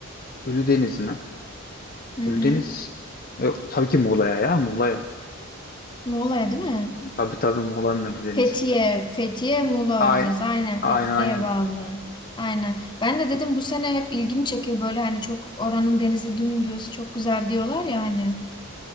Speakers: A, on the left (about 40°); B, on the left (about 20°).
A: Ölüdeniz mi?
B: Hı hı.
A: Ölüdeniz e, tabii ki Muğla'ya ya Muğla'ya.
B: Muğla'ya değil mi?
A: Tabii tabii Muğla'nın Ölüdeniz'i.
B: Fethiye, Fethiye, Muğla
A: Ay,
B: Ölüdeniz. Aynen
A: aynen
B: Fethiye'ye
A: aynen.
B: bağlı. Aynen. Ben de dedim bu sene hep ilgimi çekiyor böyle hani çok oranın denizi dümdüz, çok güzel diyorlar ya hani.